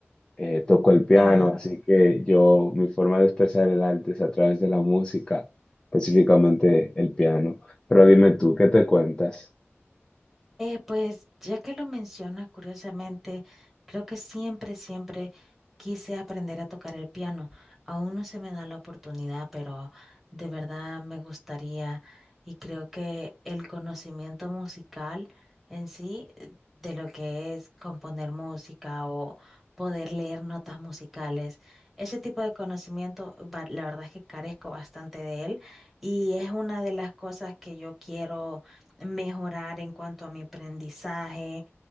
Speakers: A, on the left; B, in the centre.
A: eh, toco el piano,
B: ujú.
A: así que yo, mi forma de expresar el arte es a través de la música, específicamente el piano. Pero dime tú, ¿qué te cuentas?
B: Eh, pues ya que lo mencionas, curiosamente, creo que siempre, siempre quise aprender a tocar el piano. Aún no se me da la oportunidad, pero de verdad me gustaría y creo que el conocimiento musical en sí, eh, de lo que es componer música o poder leer notas musicales, ese tipo de conocimiento, va- la verdad es que carezco bastante de él y es una de las cosas que yo quiero mejorar en cuanto a mi aprendizaje,